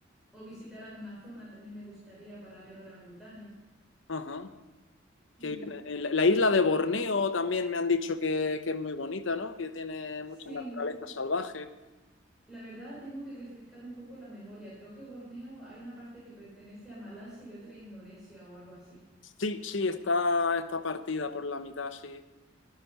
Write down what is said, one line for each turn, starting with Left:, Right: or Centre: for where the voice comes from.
Centre: O visitar alguna zona también me gustaría para ver orangutanes.
Left: Ajá.
Centre: Mm,
Left: Qué bien. Eh, La la isla de Borneo también me han dicho que, que es muy bonita, ¿no? Que tiene
Centre: Sí,
Left: mucha naturaleza salvaje.
Centre: la verdad tengo que refrescar un poco la memoria. Creo que Borneo hay una parte que pertenece a Malasia y otra a Indonesia o algo así.
Left: Sí, sí, está, está partida por la mitad, sí.